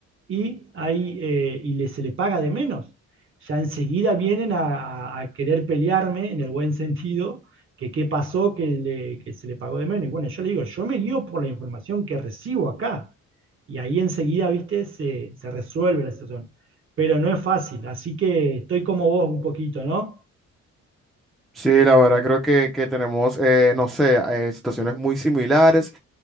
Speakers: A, on the right (about 40°); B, in the centre.
A: y, hay, eh, y le- se le paga de menos. Ya enseguida vienen a, a- querer pelearme en el buen sentido, que qué pasó que, le- que se le pagó de menos. Y bueno, yo le digo, yo me guío por la información que recibo acá y ahí enseguida, viste, se, se resuelve la situación. Pero no es fácil, así que estoy como vos un poquito, ¿no?
B: Sí, la verdad creo que, que tenemos, eh, no sé, eh, situaciones muy similares,